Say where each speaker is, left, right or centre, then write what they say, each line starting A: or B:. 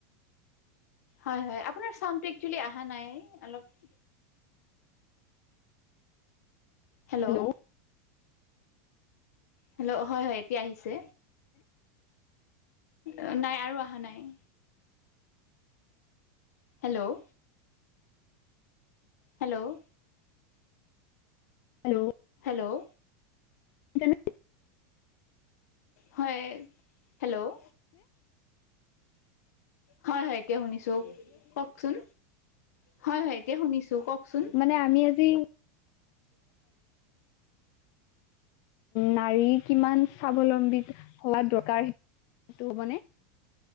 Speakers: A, on the left (about 80°); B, on the left (about 50°).
A: হয় হয়, আপোনাৰ চাওণ্ডটো একচুৱেলি অহা নাই অলপ- হেল্লৌ'
B: হেল্ল'
A: হেল্লৌ' হয় হয়, এতিয়া আহিছে। অ নাই আৰু অহা নাই। হেল্লৌ'। হেল্লৌ'।
B: হেল্লৌ'।
A: হেল্লৌ'।
B: শুনিছানে?
A: হয়, হেল্লৌ' হয় হয়। এতিয়া শুনিছো, কওকচোন। হয় হয় এতিয়া শুনিছো, কওকচোন।
B: মানে আমি আজি নাৰী কিমান স্বাৱলম্বীতা বা দৰকাৰ সেইটো ক'বনে?